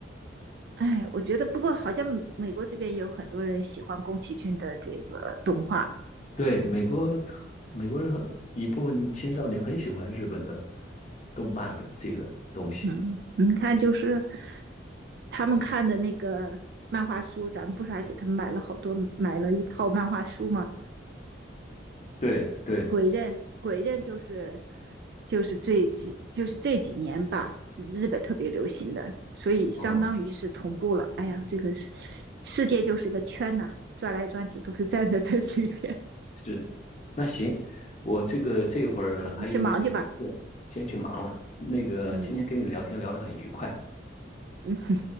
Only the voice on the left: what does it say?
对，美国美国人很一部分青少年很喜欢日本的动漫的这个东西呢。
对对，
嗯，
是，那行，我这个这会儿还有一点事，
先去忙了。那个今天跟你聊天聊得很愉快。